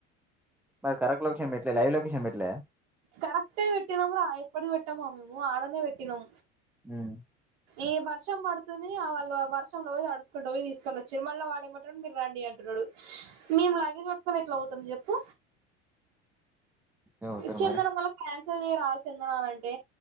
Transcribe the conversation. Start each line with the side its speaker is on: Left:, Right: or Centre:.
Centre: మరి కరెక్ట్ లొకేషన్ పెట్లే లైవ్ లొకేషన్ పెట్లే
Right: కరెక్టే పెట్టినం రా ఎప్పటికీ పెట్టమా మేం ఆడానే పెట్టినాం.
Centre: ఉమ్
Right: ఈ వర్షం పడుతుంది ఆ వాళ్ళ ఆ వర్షంలో తడుచుకుంటు పోయి తీసుకొని వచ్చిండ్రు మళ్ళ వాడేమంటుడు మీరు రండి అంటున్నాడు. మేము లగేజ్ పట్. ఎట్లా అవుతుంది చెప్పు.
Centre: ఎవతరు
Right: చందన
Centre: మరి
Right: మళ్ళ క్యాన్సల్ చేయరాదు చందన అంటే